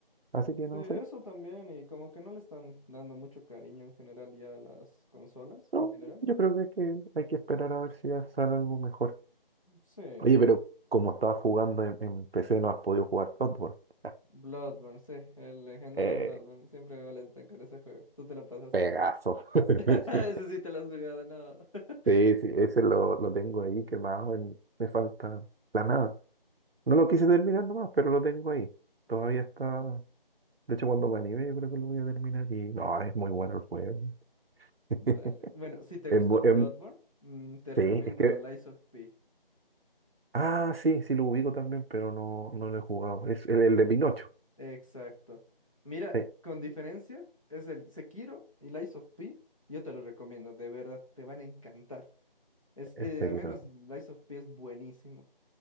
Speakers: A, on the right; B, on the left.
A: Así
B: sí,
A: que no
B: eso
A: sé.
B: también, y como que no le están dando mucho cariño en general ya a las consolas,
A: No,
B: en general.
A: yo creo que hay que, hay que esperar a ver si ya sale algo mejor.
B: Sí,
A: Oye, pero como estaba jugando en, en PC, no has podido jugar Bloodborne. <laughs>
B: Bloodborne, sí, el legendario
A: Eh,
B: Bloodborne, siempre me molesta con ese juego. ¿Tú te lo pasaste?
A: Pegaso. <laughs>
B: <laughs> Ese sí te lo has jugado, no. <laughs>
A: Sí, sí, ese lo, lo tengo ahí quemado, en- me falta la nada. No lo quise terminar nomás, pero lo tengo ahí. Todavía está. De hecho, cuando me anime, yo creo que lo voy a terminar. Y no, es muy bueno el juego. <laughs>
B: Dale. Bueno, si te
A: Es
B: gustó
A: bu-
B: Bloodborne,
A: em,
B: mm, te recomiendo
A: sí, es que.
B: Lies of P.
A: Ah, sí, sí lo ubico también, pero no, no lo he jugado. Es el, el de Pinocho.
B: Exacto. Mira,
A: Sí,
B: con diferencia, es el Sekiro y Lies of P, yo te lo recomiendo, de verdad, te van a encantar. Es,
A: el
B: eh,
A: Sekiro.
B: al menos Lies of P es buenísimo.